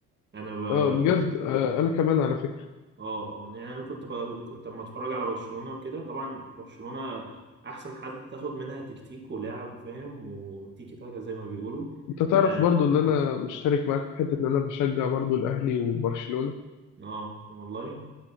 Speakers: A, on the right (about 35°); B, on the left (about 75°).
A: انا ب...
B: اه بجد آه، انا كمان على فكره
A: اه آه، يعني انا كنت ب... كنت لما اتفرج على برشلونة وكده طبعا برشلونة احسن حد تاخد منها تكتيك ولعب فاهم وتيكي تاكا زي ما بيقولوا
B: انت تعرف
A: اه
B: برضو ان انا مشترك معاك في حته ان انا بشجع برضو الاهلي وبرشلونه
A: آه، والله